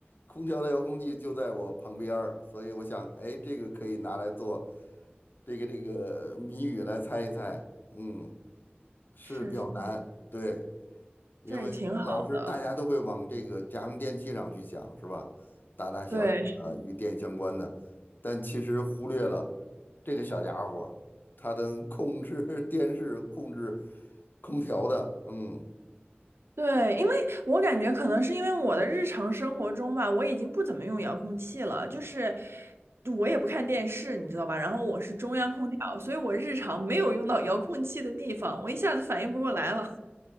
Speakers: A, on the left (about 55°); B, on the right (about 80°).
A: 空调的遥控器就在我旁边儿所以我想，哎，这个可以拿来做这个这个谜语来猜一猜。嗯，是比较难。
B: 是是是，
A: 对，因为老是大家都会往这个家用电器上去想，
B: 这个挺好的，
A: 是吧？大大小小的与电相关的，
B: 对。是
A: 但其实忽略了这个小家伙儿，它能控制 <laughs> 电视、控制空调的，嗯，
B: 对，因为我感觉可能是因为我的日常生活中吧，我已经不怎么用遥控器了，就是我也不看电视，你知道吧？然后我是中央空调，所以我日常没有用到遥控器的地方，我一下子反应不过来了。